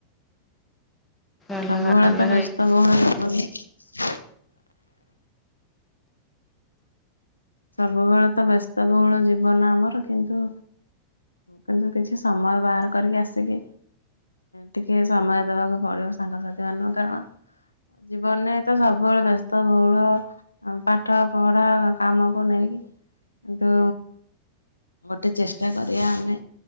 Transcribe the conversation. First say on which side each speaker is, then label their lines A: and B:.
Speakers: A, on the left (about 15°); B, on the left (about 85°).
A: ଅଲଗା
B: ସବୁବେଳେ
A: ଅଲଗା
B: ତ ବ୍ୟସ୍ତ
A: ହେଇକି
B: ବହୁଳ ଜୀବନ। ସବୁବେଳେ ତ ବ୍ୟସ୍ତ ବହୁଳ ଜୀବନ ଆମର କିନ୍ତୁ କିନ୍ତୁ କିଛି ସମୟ ବାହାର କରିକି ଆସିକି ଟିକେ ସମୟ ଦବାକୁ ପଡିବ ସାଙ୍ଗସାଥି ମାନଙ୍କୁ କାରଣ ଜୀବନରେ ତ ସବୁବେଳେ ବ୍ୟସ୍ତ ବହୁଳ ପାଠ ପଢା କାମ। ନେଇକି କିନ୍ତୁ ଗୋଟେ ଚେଷ୍ଟା କରିବା ଆମେ